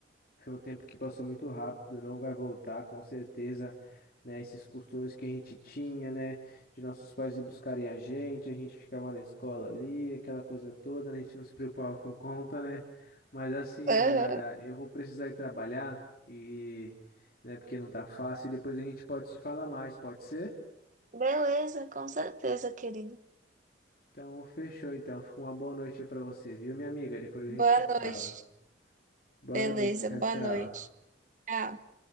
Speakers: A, on the left; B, on the right.
A: Foi um tempo que passou muito rápido, não vai voltar, com certeza, né? Esses costumes que a gente tinha, né? De nossos pais ir buscarem a gente, a gente ficava na escola ali, aquela coisa toda, né, A gente não se preocupava com conta, né? Mas assim,
B: Aham.
A: Ara, eu vou precisar ir trabalhar e, né, porque não tá fácil, e depois a gente pode se falar mais, pode ser?
B: Beleza, com certeza, querido.
A: Então, fechou então. Fica uma boa noite aí pra você, viu, minha amiga? Depois a
B: Boa
A: gente se
B: noite.
A: fala. Boa
B: Beleza,
A: noite, tchau,
B: boa
A: tchau.
B: noite. Tchau.